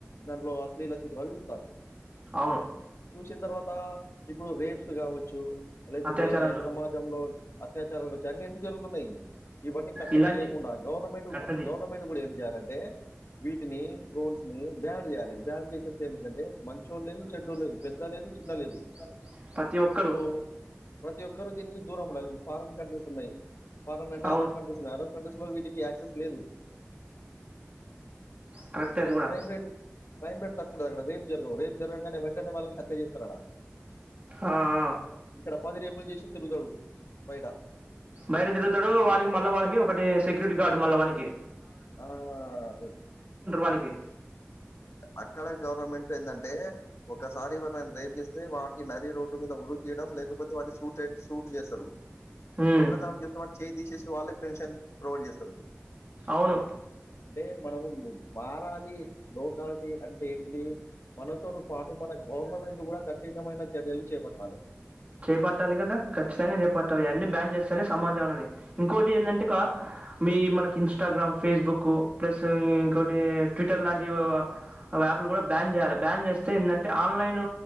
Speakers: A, on the left; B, on the right.
A: దాంట్లో అశ్లీలీలా చిత్రాలు చూస్తారు
B: అవును
A: వచ్చిన తర్వాత ఇప్పుడు రేప్స్ కావచ్చు లేకపోతే
B: అత్యాచారాలు
A: సమాజంలో అత్యాచారాలు కావచ్చు అన్నిీ ఎందుకు జరుగుతున్నాయి ఇవన్నీ కట్టడి
B: ఇలాంటి
A: లేకుండా గవర్నమెంట్
B: కట్టడి
A: గవర్నమెంట్ కూడా ఏం చేయాలంటే వీటిని ఫ్రోన్స్ ని బ్యాన్ చేయాలి బ్యాన్ చేసేస్తే ఏమింటంటే మంచో ల్ లేదు చెడ్డోడు
B: <unintelligible>
A: లేదు, పెద్ద లేదు, చిన్న లేదు.
B: ఒక్కరు
A: ఇప్పుడు ప్రతి ఒక్కూ దీనికి దూరం ఉండాలి ఇప్పుడు ఫారిన్ కంట్రీస్ ఉన్నాయి ఫారిన్ అంటే
B: అవును
A: అరబ్ కంట్రీస్ ఉన్నాయి అరబ్ కంట్రీస్ లో వీటికి యాక్సెస్ లేదు
B: కరెక్టే
A: అక్కడ
B: అది కూడా
A: క్రైమ్ రేట్ క్రైమ్ రేట్ తక్కువ ఉండదు అక్కడ రే జరగవు రే జరగనే వెంటనే వాళను హత్య చేస్తర డా
B: ఆ ఆ
A: ఇక్కడ పదిరేపులు చేసి తరుగుత్తరు బయట
B: బయట తిరుగుతాడు వాని కి మళ్ళా వాని కి ఒకటి సెక్యూరిటీ గార్డు మళ్ళా వాని కి
A: ఆ అదే
B: వానికి
A: అక్కడ గవర్నమెంట్ ఏందన్టే ఒకసారి ఏమన్నా రేపు చేస్తే వాారికి నరిీ రోడ్డు మీద ఉరి తీ లేకపోతే వా సూట్ సూట్ చేస్ తరు
B: ఉమ్
A: దొంగతనం చేస్తే వాని చేయి తీసేసి వాళ్ళే పెన్షన్ ప్రొవైడ్ చేస్తారు
B: అవును
A: అంటే మనము మారాలి లీ లో కాలిటీ అన్ టె ఏంటిది మనతో పాటు మన గవర్నమెంట్ గూడా కఠినమైన చర్యలు చేపట్టాలె.
B: చేపట్టాలి కదా ఖచ్చితంగా చేపట్టాలి అన్ని బ్యాన్ చేస్తేనే సమాజం అన్నది ఇంకొటి ఏందంటే క మీ మనకు ఇంస్టాగ్రామ్, ఫేస్బుకు ప్లసు ఇంకోటి ట్విట్టర్ లాంటివి అవి యాప్లు కూడా బ్యాన్ చేయాలి బ్యాన్ చేస్తే ఏందంటే ఆన్లైన్